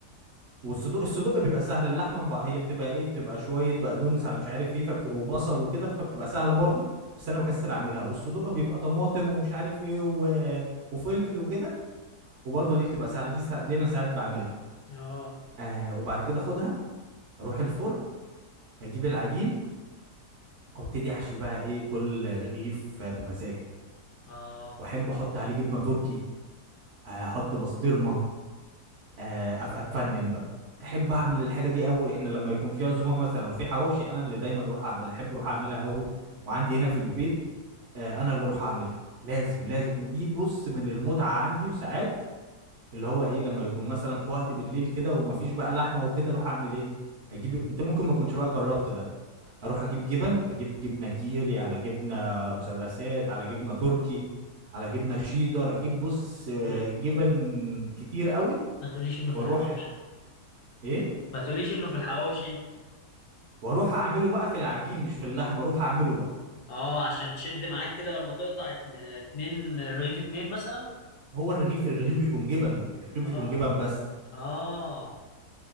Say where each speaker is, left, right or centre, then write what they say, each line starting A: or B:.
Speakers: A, on the right; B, on the left.
A: والصدوق الصدوق بيبقى سهل اللحمه مبقى هي بتبقى ايه بتبقى شويه بقدونس على مش عارف ايه فبتبقى وبصل وكده فبتبقى سهله برضو بس انا بكسل اعملها والصدوق بيبقى طماطم ومش عارف ايه و... وفلفل وكده وبرضو دي بتبقى سهله دي, سا... دي انا ساعات بعملها
B: اه
A: آه وبعد كده اخدها اروح الفرن اجيب العجين وابتدي احشي بقى ايه كل رغيف بمزاج
B: اه
A: واحب احط عليه جبنه تركي آه، احط بسطرمه آه، أف- اتفنن بقى احب اعمل الحاجه دي قوي احنا لما يكون في عزومه مثلا وفي حواوشي انا اللي دايما اروح اعملها احب اروح اعملها قوي وعندي هنا في البيت آه، انا اللي اروح اعملها لازم لازم دي بص من المتعه عندي وساعات اللي هو ايه لما يكون مثلا في وقت بالليل كده ومفيش بقى لحمه وكده اروح اعمل ايه اجيب انت ممكن ما كنتش بقى جربت ده اروح اجيب جبن اجيب جبنه كيري على جبنه مثلثات على جبنه تركي على جبنه شيدر اجيب بص آه،
B: ما تقول
A: جبن كتير قوي
B: ما تقوليش انه في
A: واروح
B: الحواوشي
A: ايه
B: ما تقوليش انه في الحواوشي
A: واروح اعمله بقى في العجين مش في اللحمه اروح اعمله بقى
B: اه عشان تشد معاك كده لما تقطع اتن- اتنين الرغيف اتنين مثلا
A: هو الرغيف الرغيف بيكون جبن الرغيف بيكون
B: اه
A: جبن بس
B: اه